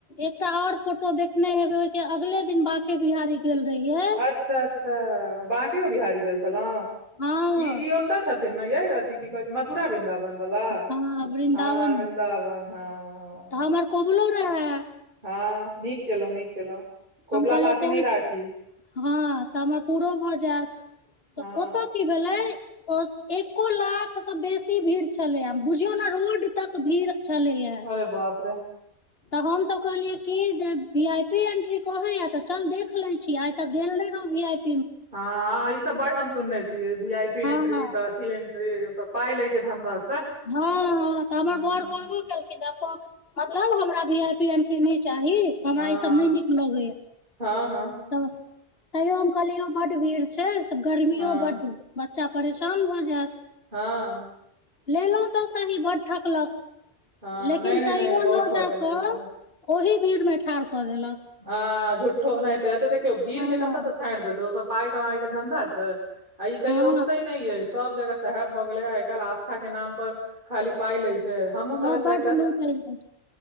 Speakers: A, on the left; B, on the right.
A: एकटा और देखने हेबै, ओहि के अगिला दिन बाँके बिहारी। गेल रहीअइ।
B: अच्छा अच्छा, बाँके बिहारी गेल छलहुँ
A: हँ
B: ई। ओतऽ छथिन ने, जे एथि की कहै छै? मथुरा वृन्दावन वाला
A: हँ वृन्दावन
B: हँ, वृन्दावन। हँ हँ
A: तऽ हमर कुबोलो रहै।
B: हँ, नीक केलहुँ, नीक केलहुँ, कोबला
A: हम कहलियै
B: पाती
A: चल
B: नहि राखी।
A: हँ, तऽ हमर पूरो भऽ जायत,
B: हँ
A: तऽ ओतऽ की भेलै? ओ एक लाखसँ बेसी भीड़ छलैए, बुझियौ ने, रोड धरि भीड़। छलैया
B: अरे बाप रे।
A: तऽ हमसभ कहलियै कि जे वीआईपी एंट्री कहै छै, तऽ चल, देख लेलियै। आइ तक गेल नहि रही वीआईपी।
B: हँ, ई सभ बड़ सुनने छी। वीआईपी एंट्री
A: हँ हँ
B: तऽ एथि एंट्री, ओ सभ पाई लऽ कऽ धंधा छै।
A: हँ हँ, तऽ हमर
B: हूँ
A: बड़
B: हूँ
A: कहबो केलखिन, हम मतलब हमरा भी आइ। वीआईपी एंट्री नहि चाही हमरा,
B: हँ
A: ई सभ नहि नीक लगैए।
B: हँ हँ
A: तऽ तैयो हम कहलियै, बड्ड भीड़ छै से, गर्मी
B: हँ
A: सेहो बड्ड। बच्चा परेशान भऽ जायत।
B: हँ
A: लेलहुँ तऽ सही, बड़ ठकलक।
B: हँ
A: लेकिन
B: नहि नहि नहि
A: तैयो
B: बहुत
A: लऽ
B: ठकै
A: जा
B: छै
A: कऽ
B: ओ सब
A: ओहि भीड़मे ठाढ़ कऽ देलक।
B: हँ, झूठो नेते देखियौ, भीड़के
A: हँ
B: कतऽसँ छोड़ि देतै ओ सभ। पाई कमाइके धंधा छै आ ई कहियो
A: हँ
B: ओते नहि, सभ जगह। सभ भऽ गेलै हे आइकाल्हि, आस्थाके नाम पर खाली पाई लऽ छै। सभ
A: हँ
B: एतऽ
A: बड
B: एकटा।
A: लूट होइ छै